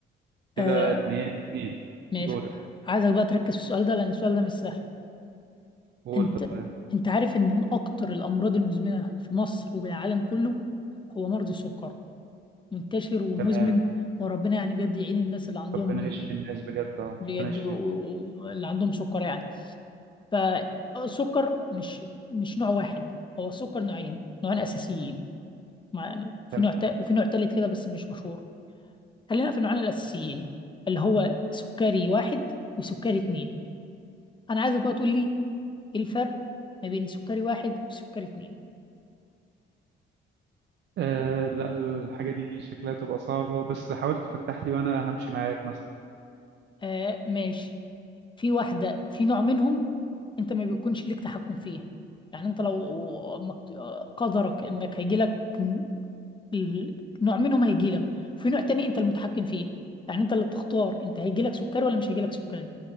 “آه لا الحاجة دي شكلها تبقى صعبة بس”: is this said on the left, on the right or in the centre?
Right